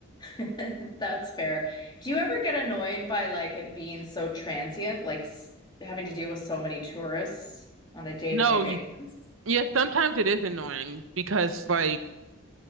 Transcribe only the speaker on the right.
No,
y- yeah, sometimes it is annoying because like